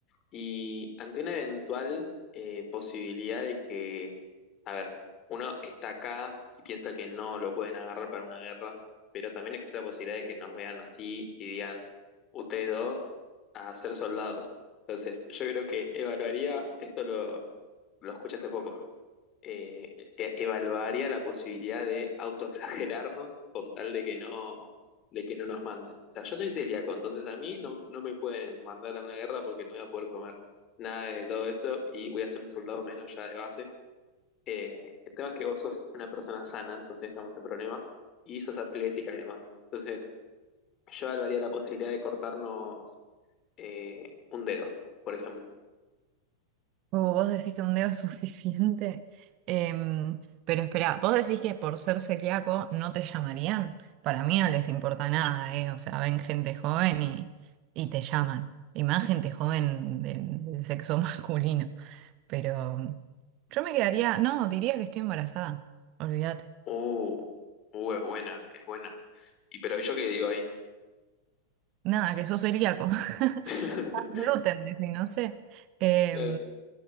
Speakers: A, on the left (about 35°); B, on the right (about 40°).
A: Y ante una eventual eh, posibilidad de que, a ver, uno está acá y piensa que no lo pueden agarrar para una guerra, pero también existe la posibilidad de que nos vean así y digan, ustedes dos, a ser soldados. Entonces, yo creo que evaluaría, esto lo, lo escuché hace poco, eh, e- evaluaría la posibilidad de autoflagelarnos con tal de que no, de que no nos manden. O sea, yo soy celíaco, entonces a mí no, no me pueden mandar a una guerra porque no voy a poder comer nada de todo esto y voy a ser un soldado menos ya de base. Eh, el tema es que vos sos una persona sana, entonces estamos en problema, y sos atlética y demás. Entonces, yo evaluaría la posibilidad de cortarnos eh, un dedo, por ejemplo.
B: O vos decís que un dedo es <laughs> suficiente. Em, pero espera, vos decís que por ser celíaco no te llamarían. Para mí no les importa nada, ¿eh? O sea, ven gente joven y, y te llaman. Y más gente joven del, del sexo <laughs> masculino. Pero yo me quedaría, no, diría que estoy embarazada. Olvídate.
A: Uh, uh, es buena, es buena. ¿Y pero yo qué digo ahí?
B: Nada, que sos celíaco. <laughs>
A: <laughs>
B: Más gluten, dice, no sé. Eh,
A: Claro.